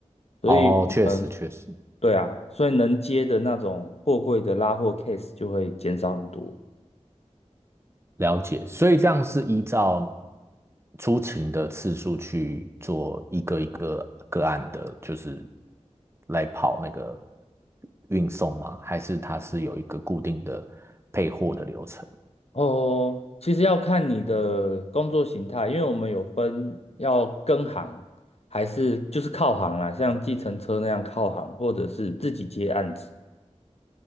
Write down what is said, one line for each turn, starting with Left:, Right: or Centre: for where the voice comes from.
Left: 所以我们，
Right: 哦，确实确实。
Left: 对啊，所以能接的那种货柜的拉货 case 就会减少很多。
Right: 了解，所以这样是依照出勤的次数去做一个一个个案的，就是来跑那个运送吗？还是它是有一个固定的配货的流程？
Left: 哦，其实要看你的工作形态，因为我们有分要跟行，还是就是靠行啦，像计程车那样靠行，或者是自己接案子。